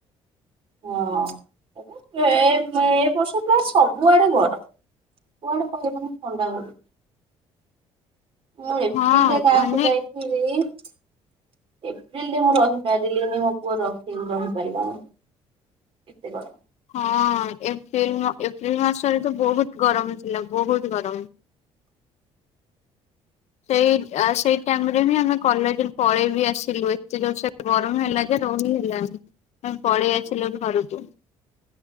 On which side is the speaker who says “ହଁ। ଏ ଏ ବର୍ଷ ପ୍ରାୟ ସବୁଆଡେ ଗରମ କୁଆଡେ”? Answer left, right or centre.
Right